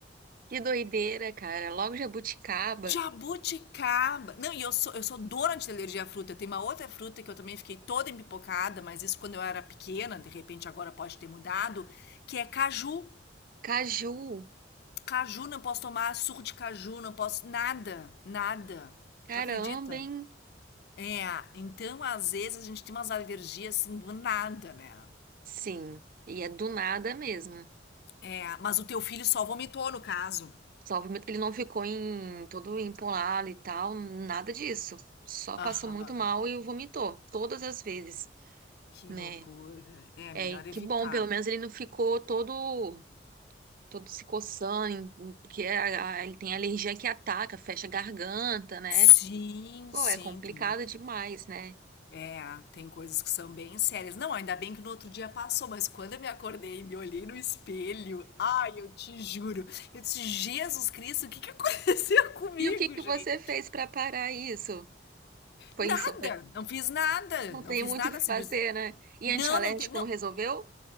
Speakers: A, on the right; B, on the left.
A: Que doideira, cara. Logo jabuticaba,
B: Jabuticaba. Não, e eu sou, eu sou doente de alergia à fruta. Tem uma outra fruta que eu também fiquei toda empipocada, mas isso quando eu era pequena, de repente agora pode ter mudado, que é caju.
A: caju.
B: Caju, não posso tomar suco de caju, não posso. Nada, nada.
A: Caramba,
B: Tu acredita?
A: hein?
B: É, então às vezes a gente tem umas alergias assim do nada, né?
A: Sim. E é do nada mesmo.
B: É, mas o teu filho só vomitou no caso.
A: Só o ele não ficou em todo empolado e tal, nada disso. Só
B: Aham,
A: passou muito mal e vomitou todas as vezes,
B: que
A: né?
B: loucura. É,
A: É,
B: melhor
A: e que
B: evitar.
A: bom, pelo menos ele não ficou todo todo se coçando, em- em- porque a- a- ele tem alergia que ataca, fecha a garganta, né?
B: Sim,
A: Pô,
B: sim,
A: é complicado
B: tem
A: demais, né?
B: É, tem coisas que são bem sérias. Não, ainda bem que no outro dia passou, mas quando eu me acordei e me olhei no espelho, ai, eu te juro, eu disse, Jesus Cristo, o que que aconteceu <laughs> comigo,
A: E o que que
B: gente?
A: você fez pra parar isso? Foi
B: Nada,
A: isso,
B: não fiz nada,
A: Não
B: não
A: tem
B: fiz
A: muito
B: nada,
A: o que fazer,
B: simples.
A: né? E
B: Não,
A: antialérgico
B: não tem, não.
A: não resolveu?